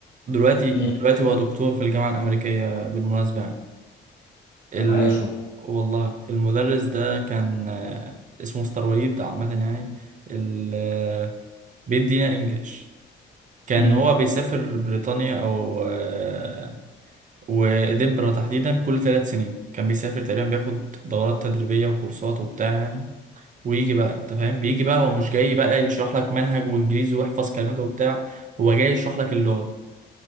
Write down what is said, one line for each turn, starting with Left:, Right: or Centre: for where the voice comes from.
Right: دلوقتي
Left: بقى
Right: دلوقتي هو دكتور في الجامعة الأمريكية بالمناسبة يعني ال...
Left: طب عايش والله
Right: والله المدرس ده كان آه، اسمه مستر وليد عامة يعني ال... آه، بيدينا انجليش كان
Left: امم
Right: هو بيسافر بريطانيا أو آه، ودنبرة تحديدا كل ثلاث سنين كان بيسافر تقريبا بياخد دورات تدريبية وكورسات وبتاع يعني ويجي بقى انت فاهم بيجي بقى هو مش جاي بقى يشرح لك منهج وانجليزي ويحفظ كلماته وبتاع هو جاي يشرح لك اللغة